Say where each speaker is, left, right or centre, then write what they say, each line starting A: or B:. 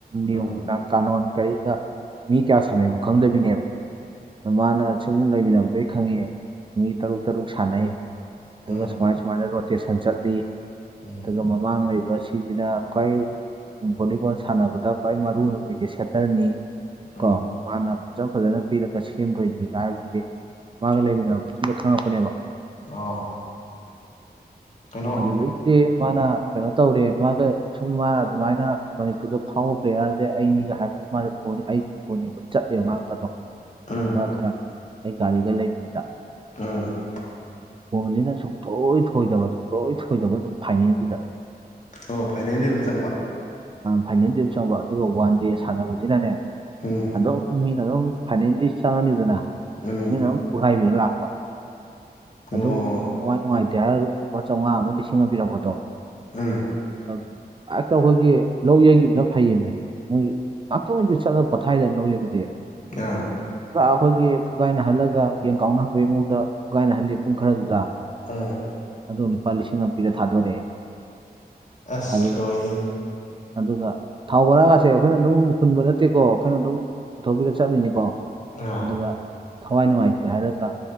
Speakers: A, on the left; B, on the right.
A: ꯎꯝ
B: ꯅꯤꯌꯣꯝꯅ ꯀꯥꯅꯣꯟ ꯀꯔꯤ ꯗ ꯃꯤ ꯀꯌꯥ ꯁꯥꯟꯅꯩꯕꯨ ꯈꯪꯗꯕꯤꯅꯦꯕ ꯑꯗ ꯃꯥꯅ ꯁꯨꯝ ꯂꯩꯃꯤꯟꯅꯕꯗꯩ ꯈꯪꯉ‌ꯦ ꯃꯤ ꯇꯔꯨꯛ ꯇꯔꯨꯛ ꯁꯥꯟꯅꯩ ꯑꯗꯨꯒ
A: ꯎꯝ ꯎꯝ
B: ꯁꯨꯃꯥꯏ ꯁꯨꯃꯥꯏꯅ ꯔꯣꯇꯦꯁꯟ ꯆꯠꯂꯤ
A: ꯎꯝ
B: ꯑꯗꯨꯒ ꯃꯃꯥꯡ ꯂꯩꯕ ꯁꯤꯁꯤꯅ ꯈ꯭ꯋꯥꯏ ꯚꯣꯂꯤꯕꯣꯜ ꯁꯥꯟꯅꯕꯗ ꯈ꯭ꯋꯥꯏ ꯃꯔꯨ ꯑꯣꯏꯕ ꯃꯤꯁꯦ ꯁꯦꯇꯔꯅꯤ
A: ꯎꯝ
B: ꯀꯣ ꯃꯥꯅ ꯐꯖ ꯐꯖꯅ ꯄꯤꯔꯒ ꯁꯦꯝꯗꯣꯏꯅꯤꯒ ꯍꯥꯏꯗꯨꯗꯤ ꯃꯥꯒ ꯂꯩꯃꯤꯟꯅꯔꯕ ꯃꯇꯨꯡꯗ ꯈꯪꯉꯛꯄꯅꯦꯕ
A: ꯑꯣ ꯀꯩꯅꯣ
B: ꯑꯗꯨꯗꯩꯗꯤ ꯃꯥꯅ ꯀꯩꯅꯣ ꯇꯧꯔ‌ꯦ ꯃꯥꯒ ꯁꯨꯝ ꯃꯥꯅ ꯑꯗꯨꯃꯥꯏꯅ ꯃꯅꯤꯄꯨꯔꯗ ꯐꯥꯎꯕ ꯄ꯭ꯂꯦꯌꯥꯔꯁꯦ ꯑꯩꯅꯤꯒ ꯍꯥꯏꯕ ꯑꯩꯁꯦ ꯕꯜ ꯌꯦꯡꯕ ꯆꯠꯂꯦꯕ ꯃꯥꯗꯣ
A: ꯎꯝ
B: ꯃꯈ꯭ꯔꯥ ꯑꯩ ꯒꯥꯔꯤꯒ ꯂꯩꯇꯔꯤꯉꯩꯗ
A: ꯑꯝ
B: ꯕꫭꯟꯁꯤꯅ ꯁꯨꯡ ꯊꯣꯏ ꯊꯣꯏꯗꯕ ꯁꯨꯡꯊꫭꯏ ꯊꫭꯏꯗꯕ ꯑꯗꯨꯝ ꯐꯥꯏꯅꯜꯁꯤꯗ
A: ꯑꯣ ꯐꯥꯏꯅꯦꯜꯗ ꯑꯗꯨꯝ ꯆꯪꯕ
B: ꯐꯥꯏꯅꯦꯜꯗ ꯑꯗꯝ ꯆꯪꯕ ꯑꯗꯨꯒ ꯋꯥꯟ ꯗꯦ ꯁꯥꯟꯅꯕꯁꯤꯅꯅꯦ
A: ꯎꯝ
B: ꯑꯗꯨꯝ ꯃꯤ ꯑꯗꯨꯝ ꯐꯥꯏꯅꯦꯟꯗꯤ ꯆꯪꯉꯅꯤꯗꯅ
A: ꯎꯝ
B: ꯃꯤꯅ ꯑꯗꯨꯝ ꯄꯈꯥꯏꯕꯤꯔ ꯂꯥꯛꯄ
A: ꯑꯣ
B: ꯑꯗꯨꯝ ꯊꯋꯥꯏ ꯅꯨꯡꯉꯥꯏꯇꯦ ꯍꯥꯏꯔ ꯑꯗꯝ ꯂꯨꯄꯥ ꯆꯥꯝꯃꯉꯥ ꯑꯃ ꯂꯤꯁꯤꯡ ꯄꯤꫪꯛꯄꯗꯣ
A: ꯎꯝ
B: ꯑ <unintelligible> ꯍꯦꯛꯇ ꯑꯩꯈꯣꯏꯒꯤ ꯂꯧ ꯌꯩꯈꯤꯕꯅ ꯐꯩꯌꯦꯃꯤ ꯃꯣꯏ ꯉꯥꯛꯇꯥ ꯑꫭꯏꯔ꯭ꯁꯨ ꯆꯠꯂ ꯄꯣꯊꯥꯏꯗꯅ ꯂꯧ ꯌꯩꯕꯗꯤ
A: ꯑꯥ
B: ꯄꯨꯔ ꯑꯩꯈꯣꯏꯒꯤ ꯐꯨꯒꯥꯏꯅꯍꯜꯂꯒ ꯌꯦꯟ ꯀꯥꯎꯅꯍꯟꯕꯒꯤ ꯃꯑꯣꯡꯗ ꯐꯨꯒꯥꯏꯅꯍꯜꯂꯤ ꯄꯨꯡ ꯈꯔꯗꯨꯗ
A: ꯑꯥ
B: ꯑꯗꯨ ꯂꯨꯄꯥ ꯂꯤꯁꯤꯡ ꯑꯃ ꯄꯤꯔꯒꯥ ꯊꯥꯗꯣꯔꯛꯑꯦ
A: ꯑꯁ
B: ꯑꯗꯨꯒ
A: ꯂꯣꯏꯔꯦꯍ‌ꯦ
B: ꯑꯗꯨꯒ ꯊꯥꯎ ꯕꯣꯔꯥꯒꯁꯦ ꯑꯩꯈꯣꯏꯅ ꯑꯗꯨꯝꯈꯨꯟꯕ ꯅꯠꯇꯦꯀꯣ ꯑꯩꯈꯣꯏꯅ ꯑꯗꯨꯝ ꯄꯨꯊꯣꯛꯄꯤꯔ ꯆꯠꯂꯤꯅꯤꯀꯣ
A: ꯑꯥ
B: ꯑꯗꯨꯒ ꯊꯋꯥꯏ ꯅꯨꯡꯉꯥꯏꯇꯦ ꯍꯥꯏꯔꯒ